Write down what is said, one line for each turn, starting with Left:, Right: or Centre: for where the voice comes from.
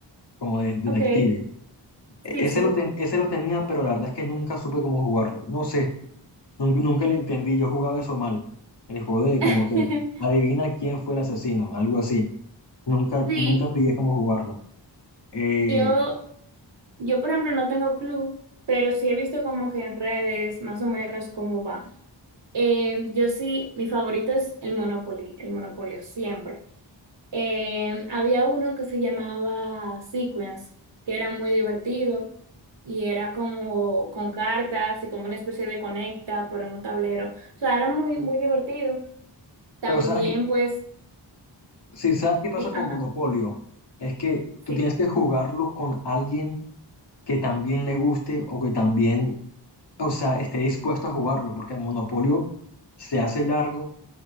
Left: como de detective.
Right: Ok,
Left: E-
Right: sí,
Left: Ese
Right: sí.
Left: lo, ten- ese lo tenía, pero la verdad es que nunca supe cómo jugarlo. No sé, nunca, nunca le entendí. Yo jugaba eso mal. El juego de como
Right: <laughs>
Left: que adivina quién fue el asesino, algo así. Nunca,
Right: Sí,
Left: nunca pillé cómo jugarlo. Eh,
Right: yo, yo por ejemplo no tengo club, pero sí he visto como que en redes más o menos cómo va. Eh, yo sí, mi favorito es el Monopoly, el Monopolio, siempre. Eh, había uno que se llamaba Sequence, que era muy divertido y era como con cartas y como una especie de conecta, pero en un tablero. O sea, era muy, muy divertido. También
Left: pero sabes que,
Right: pues,
Left: si sabes qué pasa
Right: di,
Left: con
Right: ajá.
Left: Monopolio, es que
Right: sí.
Left: tú tienes que jugarlo con alguien que también le guste o que también, o sea, esté dispuesto a jugarlo, porque el Monopolio se hace largo